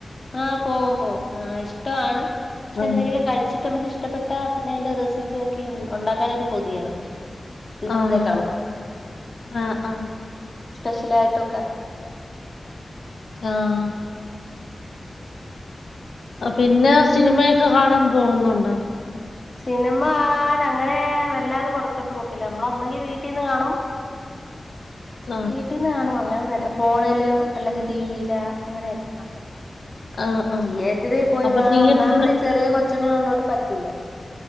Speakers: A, on the left; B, on the left.
A: ആഹ് പോവും പോവും ആഹ് ഇഷ്ടമാണ് പക്ഷെ
B: ആഹ്
A: എന്തെങ്കിലും കഴിച്ചിട്ട് നമുക്ക് ഇഷ്ടപ്പെട്ട- പിന്നെ അതിന്റെ റെസിപ്പി നോക്കി ഉണ്ടാക്കാനായിട്ട് കൊതിയാണ് തിന്നുന്നേക്കാളും
B: ആഹ ആഹ ആ
A: സ്പെഷ്യൽ ആയിട്ടൊക്കെ
B: ആഹ് പിന്നെ സിനിമയൊക്കെ കാണാൻ പോകുന്നുണ്ട്
A: സിനിമ.. അങ്ങനെ വല്ലാതെ പുറത്തോട്ട് പോക്കില്ല നമ്മള് ഒന്നുകി വീട്ടിന്ന് കാണും
B: ആഹ്
A: വീട്ടിന്ന് കാണും അങ്ങനെ തന്നെ ഫോണില് അല്ലെങ്കി ടിവിയില് അങ്ങനെയൊക്കാ
B: ആഹ് ആഹ്
A: തിയേറ്ററി പോയി
B: അപ്പൊ
A: കാണാം
B: തിയേറ്ററില്
A: ഒന്നാമതി ചെറിയ കൊ ച്ച് ങ്ങളള്ളോണ്ട് പറ്റൂല്ല